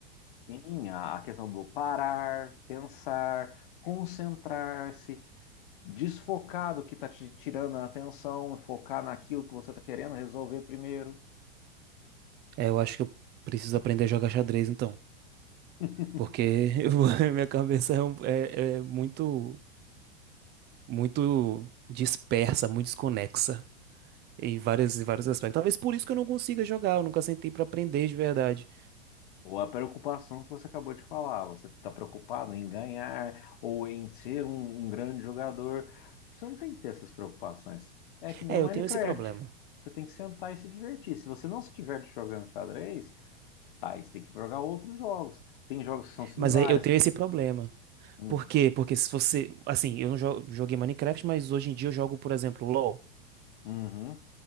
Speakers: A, on the left; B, on the right.
A: Sim, a a questão do parar, pensar, concentrar-se, desfocar do que está te tirando a atenção, focar naquilo que você está querendo resolver primeiro.
B: É, eu acho que eu preciso aprender a jogar xadrez, então.
A: <laughs>
B: Porque <laughs> eu vou- minha cabeça é, um- é é muito, muito dispersa, muito desconexa. Em vários, em vários aspectos. Talvez por isso que eu não consiga jogar, eu nunca sentei pra aprender de verdade.
A: Ou a preocupação que você acabou de falar, você está preocupado em ganhar ou em ser um, um grande jogador. Você não tem que ter essas preocupações. É que nem
B: É,
A: o
B: eu
A: Minecraft.
B: tenho esse problema.
A: Você tem que sentar e se divertir. Se você não se diverte jogando xadrez, tá, aí você tem que jogar outros jogos. Tem jogos que são similares.
B: Mas é, eu tenho esse problema.
A: Hum,
B: Por quê? Porque se você. Assim, eu não jo- joguei Minecraft, mas hoje em dia eu jogo, por exemplo, LoL.
A: uhum,